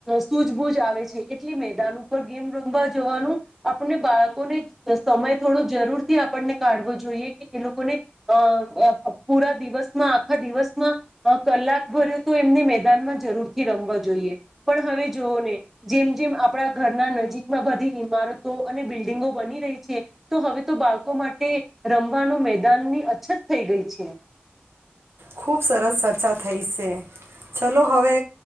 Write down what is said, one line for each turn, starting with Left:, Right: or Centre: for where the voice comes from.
Centre: સૂઝબૂજ આવે છે એટલી મેં દાન ઉપર ગેમ રમવા જવાનું આપનને બાલ્કોને અ સમય થોડો જરૂરથી આપણને કાઢવો જોઈએ કે એ લોકોને અ અ અ પૂરા દિવસમાં આખા દિવસમાં અ કલાક ભર્યો તો એમને મેદાનમાં જરૂરથી રમવા જોઈએ પણ હવે જોવો ને જેમ જેમ આપ પણા ઘરના નજીકમાં બધી ઈમારતો અને બિલ્ડિંગો બની રહી છે, તો હવે તો બાળકો માટે રમવાનું મેદાનની અછત થઈ ગઈ છે.
Right: ખૂબ સરસ ચર્ચા થઈ સે ચલો, હવે